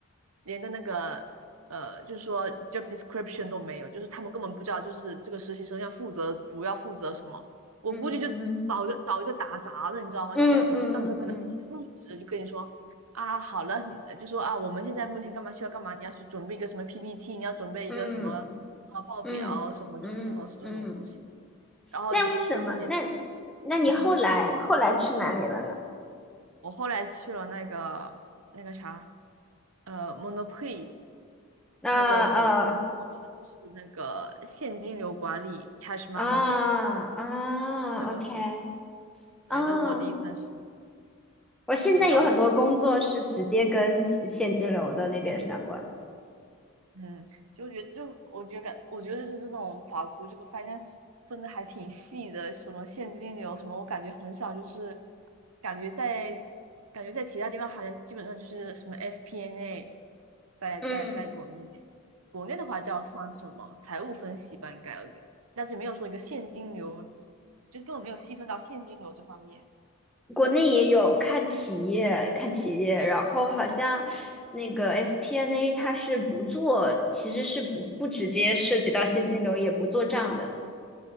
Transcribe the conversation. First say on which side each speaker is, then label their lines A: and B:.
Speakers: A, on the right (about 85°); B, in the centre.
A: 连个那个呃，就是说 job description 都没有，就是他们根本不知道就是这个实习生要负责主要负责什么。我估计就找一个找一个打杂的，
B: 嗯嗯
A: 你知道吗？
B: 嗯嗯嗯嗯。
A: 就说到时候可能你先入职，就跟你说啊，好了，你就说啊，我们现在目前干嘛需要干嘛，你要去准备一个什么 PPT，你要准备一个什么啊报表什么，
B: 嗯嗯嗯嗯嗯，
A: 就这种是这种东西。然后就工资也是，
B: 那为什么？那那你后来后来去哪里了呢？
A: 嗯哼，我后来去了那个那个啥，呃，Monoprix
B: 啊呃
A: 那个总部做了就是那个现金流管理 Cash Manager
B: 啊啊，OK
A: 这个实习，对，
B: 啊，
A: 这是我第一份实习，
B: 我现在有很多工作是直接跟现现金流的那边相关。
A: 也找的好累。嗯，就觉得就我觉感我觉得就是这种法国这个 finance 分的还挺细的，什么现金流什么，我感觉很少，就是感觉在感觉在其他地方好像基本上就是什么 FP&A，n 在在在国内国内的话叫算什么财务分析吧，
B: 嗯，
A: 应该，但是没有说一个现金流，就是根本没有细分到现金流这方面。
B: 国内也有看企业，看企业，然后好像那个 FP&A n 它是不做，其实是不不直接涉及到现金流，也不做账的。